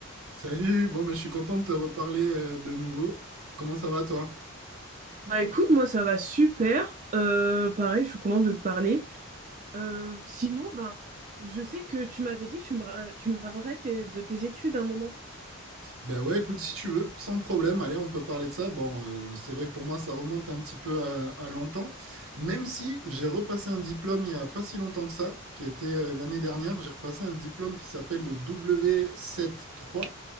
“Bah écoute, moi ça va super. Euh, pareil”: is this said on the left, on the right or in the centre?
Right